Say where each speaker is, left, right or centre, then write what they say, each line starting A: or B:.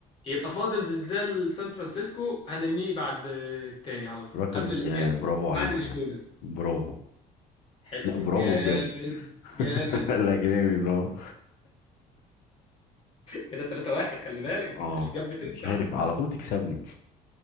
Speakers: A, on the left; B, on the left.
A: يبقى فاضل زلزال سان فرانسيسكو هنرميه بعد آه، التاني على طول
B: رقم
A: قبل
B: اتنين
A: ال...
B: آه،
A: يعني
B: برافو عليك
A: بعد لشبونه
B: يعني برافو
A: حلو
B: لا برافو
A: جامد
B: بجد <laughs>
A: جامد
B: لا جامد اه
A: كده 3 1 خلي بالك
B: <laughs> اه
A: الجاب بتوسع
B: مش عارف على طول تكسبني